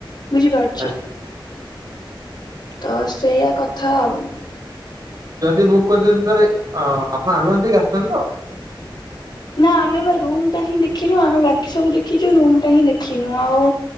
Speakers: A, on the left (about 55°); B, on the right (about 45°).
A: ବୁଝିପାରୁଛ।
B: ଆଜ୍ଞା
A: ତ ସେଇଆା କଥା ଆଉ।
B: ଯଦି ବୁକ୍ କରିଦ ତାହେଲେ ଆପଣ ଆଡଭାନ୍ସ ଦେଇକି ଆସିଛନ୍ତି ତ?
A: ନା ଆମେ ବା ରୁମ ଟା ହିଁ ଦେଖିନୁ ଆମେ ବାକି ସବୁ ଦେଖିଛୁ ରୁମ ଟା ହିଁ ଦେଖିନୁ ଆଉ।